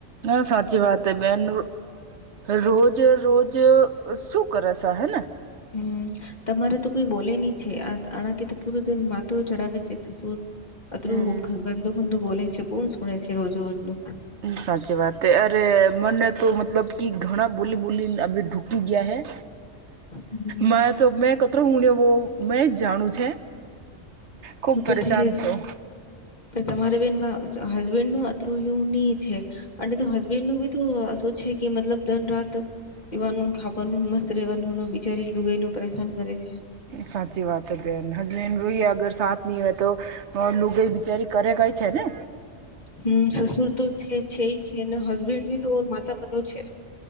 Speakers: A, on the right; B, on the left.
A: હા સાચી વાત બેન. રોજ રોજ શું કરેશે હે ને?
B: હમ તમારે તો કોઈ બોલે નહી છે. આ આણાકી તો પૂરું દ માથ ચડાવે છે સસુર. અત્ર
A: હમ
B: રું ગંધ ગંધો બ છે. કોણ શુને છે રોજ રોજ નું
A: સાચી વાત હ. અરે મને તો મતલબ કે ઘણા બોલી બોલી આપડે ઠુકરાવી ઠુકગયા હૈ.
B: હમ
A: મારે તો મેં કટરો હુંણ્યોહ મેં જ જાણું છે. ખુબ
B: હ તો
A: પરેશાન
B: થ
A: છું
B: પણ તમારે બન. હસબેન્ડ નું અતયુન છે. અને તો હસબેન્ડ નું બી તો શું છે કે મતલબ દન રાત. પીવાનું, ખાવાનું મસ્ત રહેેવાનું બિજારી લુગાઈ ન પરેશાન કરે છે.
A: સાચી વાત હ બેન. હસબેન્ડ રોઈ અગર સા નની હોય તો. હ લુંગઈ બિચારી કરે કઈ છે ને?
B: હમ્મ. સસુર તો છે છેઈ છીન, હસબેન્ડ ભી તો ઓર માતા <unintelligible> છે.